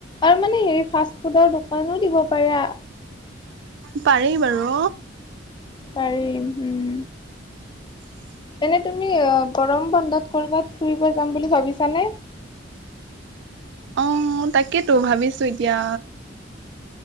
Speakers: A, on the left (about 25°); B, on the right (about 65°).
A: আৰু মানে হেৰি ফাষ্ট ফুডৰ দোকানো দিব পাৰা
B: পাৰি বাৰু
A: পাৰিম উম।
B: <inaudible>
A: এনে তুমি আ গৰম বন্ধত কৰ'বাত ফুৰিব যাম বুলি ভাবিছানে
B: <inaudible> অ তাকেইতো ভাবিছো এতিয়া